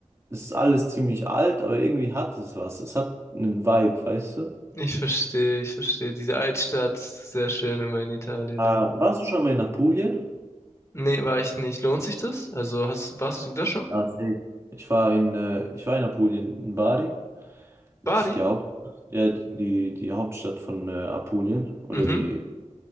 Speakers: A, on the right; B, on the left.
A: es ist alles ziemlich alt, aber irgendwie hat es was. Es hat einen Vibe, weißt du?
B: Ich verstehe, ich verstehe. Diese Altstadt, sehr schön immer in Italien,
A: Äh, warst
B: ja.
A: du schon mal in Apulien?
B: Nee, war ich nicht. Lohnt sich das? Also hast, warst du da schon?
A: Ja, safe. Ich war in, äh, ich war in Apulien, in Bari. Das
B: Bari?
A: ist die Hauptstadt, ja, die, die Hauptstadt von äh, Apulien oder
B: Mhm.
A: die